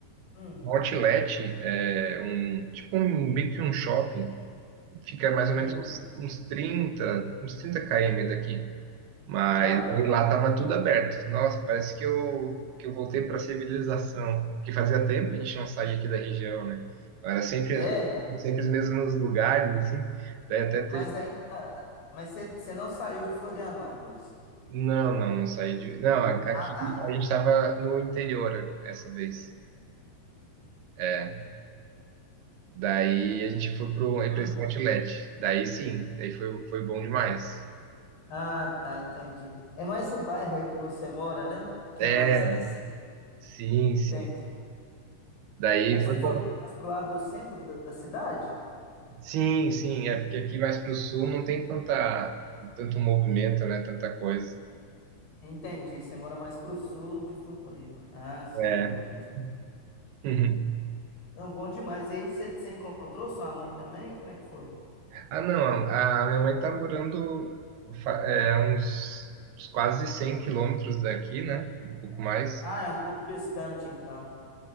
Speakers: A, on the left (about 80°); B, on the right (about 75°).
A: Hum.
B: outlet, é, um, tipo um, meio que um shopping. Fica mais ou
A: Uhum.
B: menos uns, uns 30, uns 30 km daqui. Mas
A: Ah,
B: aí lá tava tudo aberto. Nossa, parece que eu, que eu voltei para a civilização. Porque fazia tempo que a gente não saía aqui da região, né? Era sempre,
A: é?
B: as- sempre os mesmos lugares, assim. Daí até
A: Mas ainda. Mas você não saiu de Florianópolis.
B: Não, não, não saí de. Não, a- aqui
A: Ah, tá.
B: a gente estava no interior dessa vez. É, daí a gente foi pro para
A: Hum.
B: esse outlet. Daí sim, daí foi, foi bom demais.
A: Ah, tá, entendi. É mais o bairro aí que você mora, né? Que
B: É,
A: é mais assim.
B: sim,
A: Entendi.
B: sim. Daí
A: Aí você
B: foi
A: foi
B: bom.
A: o quê? mais pro lado do centro da da cidade?
B: Sim, sim, é porque aqui mais pro sul não tem tanta tanto movimento, né? Tanta coisa.
A: Entendi. Você mora mais pro sul de Floripa. Ah, sim,
B: É.
A: agora entendi.
B: <laughs> Uhum.
A: Não, bom demais. E aí você você encontrou sua mãe também? Como é que foi?
B: Ah, não, a a minha mãe tá morando fa- é, uns, uns quase 100 quilômetros daqui, né? Um pouco mais.
A: Ah, é um pouco distante, então.